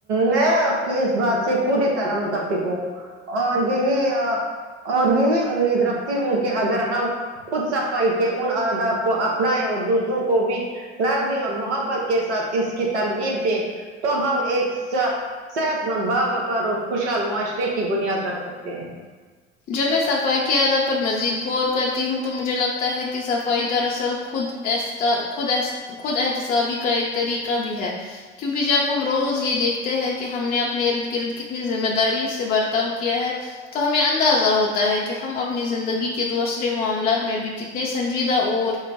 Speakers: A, on the right; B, on the left.
A: میں آپ کی اس بات سے پوری طرح متفق ہوں اور یہی ا اور یہی امید رکھتی ہوں کہ اگر ہم خود صفائی کے ان آداب کو اپنائے اور دوسروں کو بھی نرمی اور محبت کے ساتھ اس کی ترغیب دیں تو ہم ایک سا صحت مند باوقار اور خوشحال معاشرے کی بنیاد رکھ سکتے ہیں
B: جب میں صفائی کی آداب پر مزید غور کرتی ہوں تو مجھے لگتا ہے کہ صفائی در اصل خود اس ت خود خود احتسابی کا ایک طریقہ بھی ہے کیونکہ جب ہم روز یہ دیکھتے ہیں کہ ہم نے اپنے ارد گرد کتنی ذمہ داری سے برتاؤ کیا ہے تو ہمیں اند دازہ ہوتا ہے کہ ہم اپنی زندگی کے دوسرے معاملات میں بھی کتنے سنجیدہ اور